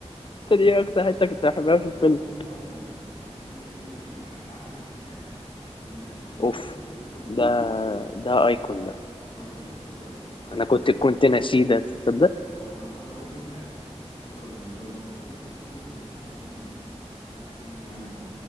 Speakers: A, on the left; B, on the left.
A: دي أكتر حتة كنت بحبها
B: هو
A: في الفيلم
B: هو فعلا احمد حلمي افلامه كلها حتى عسل اسود يعني عارف بيناقش قضايا
A: أوف
B: وفي نفس الوقت كوميدي
A: ده ده أيكون ده
B: ما انا بقول لك ما انا بقول لك هو احمد
A: أنا كنت
B: حلمي
A: كنت ناسيه ده تصدق
B: اه ما ما انا بقول لك انت لو لو لو افتكرنا افلامه كلها هتلاقي ان لا افلام فعلا